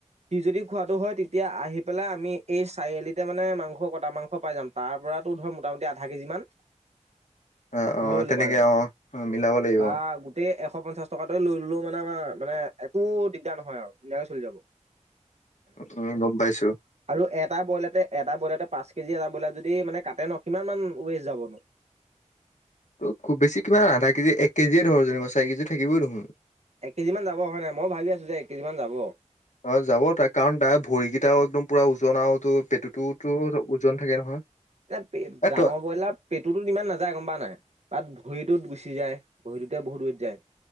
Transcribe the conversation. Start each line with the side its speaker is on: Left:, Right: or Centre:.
Right: সি যদি খোৱাটো হয় তেতিয়া আহি পেলাই আমি এই চাৰিআলিতে মানে মাংস কটা মাংস পাই যাম। তাৰ পৰা- ধৰ মোটামুটি আধা কেজি মান।
Left: অঁ অঁ
Right: লৈ
Left: তেনেকে
Right: ল'ম আৰু
Left: অঁ মিলাব লাগিব।
Right: বা গোটেই এশ পঞ্চাশ টকা তই লৈ ললো মানে আমাৰ মানে একো দিগদাৰ নহয় আৰু ধুনীয়াকে চলি যাব।
Left: উম গম পাইছো
Right: আৰু এট- এটা বইলাৰতে এটা বইলাৰতে পাঁচ কেজি এটা বইলাৰ যদি মানে কাটে ন কিমান মান ৱেষ্ট যাব নো
Left: ত খুব বেছি কিমান আধা কেজি এক কেজিয়ে ধৰ যেনিবা চাৰি কেজি থাকিবই দেখোন।
Right: এক কেজি মান যাব হয় নাই মই ভাবি আছো যে এক কেজি মান যাব।
Left: অ, যাব তাৰ কাৰণ তাৰ ভৰিকেইটাও একদম পুৰা ওজন আৰু তোৰ পেটুটোওতৰ ওজ ওজন থাকে নহয়।
Right: ইয়াত পেট
Left: এ
Right: ডাঙৰ
Left: তই
Right: বইলাৰ পেটুটোত ইমান নাযায় গম পাও নাই তাত ভৰিটোত গুচি যায়। ভৰিটোতে বহুত ৱেট যায়।